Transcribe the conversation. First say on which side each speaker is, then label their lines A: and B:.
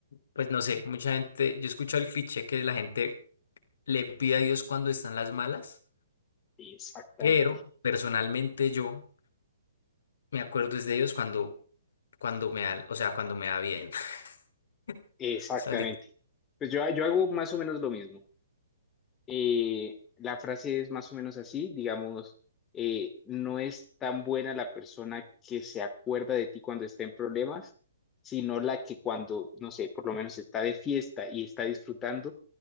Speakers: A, on the left; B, on the left.
A: pues no sé, mucha gente, yo he escuchado el cliché que la gente le pide a Dios cuando están las malas,
B: Exactamente,
A: pero personalmente yo me acuerdo es de Dios cuando, cuando me da, o sea, cuando me da bien. <laughs>
B: exactamente.
A: Salir.
B: Pues yo, yo hago más o menos lo mismo. Eh, la frase es más o menos así, digamos, eh, no es tan buena la persona que se acuerda de ti cuando está en problemas, sino la que cuando, no sé, por lo menos está de fiesta y está disfrutando,